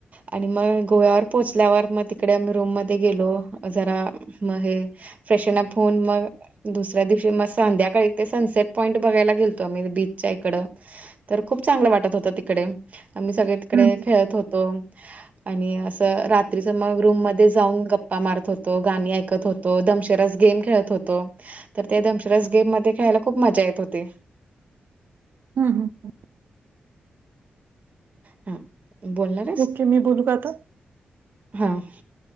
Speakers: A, on the right; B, on the right.
A: आणि मग गोव्यावर पोहोचल्यावर, मग तिकडे आम्ही रूम मध्ये गेलो जरा. मग हे फ्रेशन अप होऊन मग, दुसऱ्या दिवशी मग संध्याकाळी ते सनसेट पॉईंट बघायला गेलतो. आम्ही बीचच्या इकडं, तर खूप चांगलं वाटत होत तिकडे मी सगळे तिकडे
B: हम्म
A: खेळत होतो. आणि असं रात्रीच मग रूम मध्ये जाऊन गप्पा मारत होतो गाणी ऐकत होतो. तो दधमशेरास गेम खेळत होतो तर त्या दमशेरास गेम मध्ये खेळायला खूप मजा येत होते.
B: हा हा ह
A: हा बोलणार
B: ओके मी बोलू का आता
A: हम्म